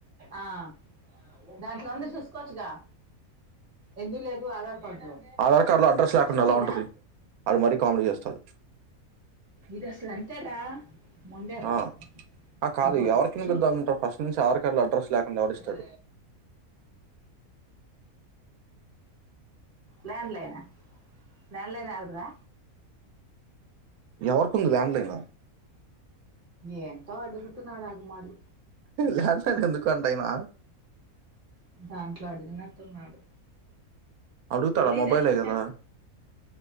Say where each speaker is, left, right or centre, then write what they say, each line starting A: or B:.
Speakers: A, on the right (about 25°); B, on the right (about 80°).
A: ఆ దాంట్లో ఉంది స్ చూసుకోవచ్చుగా ఎందు లేదు ఆధార్ కార్డులో
B: ఆధార్ కార్డు లో అడ్రస్ లాక్
A: చూపినా
B: కుండా ఎలా ఉంటది అడు మరీ కామెడీ చేస్తడు
A: ఇది అసలు అంతే రా మొండి ఎదవా
B: ఆ ఆ కాదు
A: అదిగో రా
B: ఎవరికి వినిపిద్దామంటారు
A: చూడు
B: ఫస్ట్ నుంచి ఆధార్ కార్డు లో అడ్రస్ లేకుండా ఎవరు
A: అ
B: ఇస్తాడు
A: ల్యాండ్ లైనా ల్యాండ్ లైన్ ఎందుకు రా
B: ఎవరికుంది ల్యాండ్ లైన్
A: ఏంటో అడుగుతున్నాడు అడి మాడి
B: ల్యాండ్ లైన్ ఎందుకు అంట ఆయన
A: దాంట్లో అడిగినట్టు ఉన్నాడు
B: అడుగుతాడా
A: ఎల్లి
B: మొబైలే
A: నెట్
B: కదా
A: సెంట్